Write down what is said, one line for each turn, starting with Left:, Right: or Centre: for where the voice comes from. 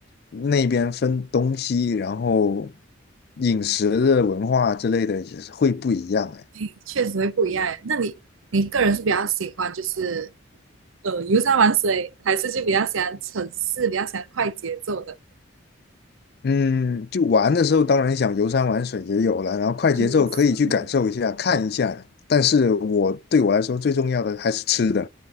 Left: 那边分东西，然后饮食的文化之类的也是会不一样哎，
Right: 哎，确实会不一样诶。那你你个人是比较喜欢就是呃游山玩水，还是就比较喜欢城市，比较喜欢快节奏的？
Left: 嗯，就玩的时候，当然想游山玩水也有了，然后快节奏可以去感受一下、
Right: 游山玩
Left: 看一下。但是我对我来说最重要的还是吃的，